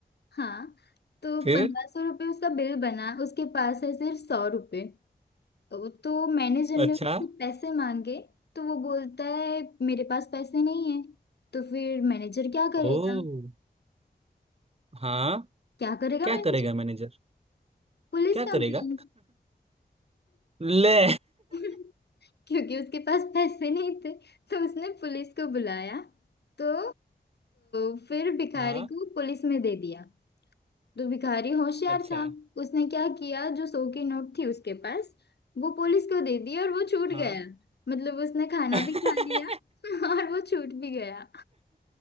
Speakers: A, on the left; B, on the right.
A: हाँ तो
B: फिर
A: पंद्रह सौ रुपये उसका बिल बना उसके पास है सिर्फ सौ रुपये तो, तो मैनेजर ने
B: अच्छा
A: उससे पैसे मांगे तो वो बोलता है मेरे पास पैसे नहीं है तो फिर मैनेजर क्या करेगा
B: ओ हाँ
A: क्या करेगा
B: क्या
A: मैनेजर
B: करेगा मैनेजर
A: Police
B: क्या
A: complain
B: करेगा ले
A: <laughs> क्योंकि उसके पास पैसे नहीं थे तो उसने पुलिस को बुलाया तो अ, फिर भिखारी
B: हाँ
A: को पुलिस में दे दिया तो भिखारी होशियार
B: अच्छा
A: था उसने क्या किया जो सौ की नोट थी उसके पास वो पुलिस को दे दी और वो छूट
B: हाँ
A: गया मतलब उसने खाना
B: <laughs>
A: भी खा लिया <laughs> और वो छूट भी गया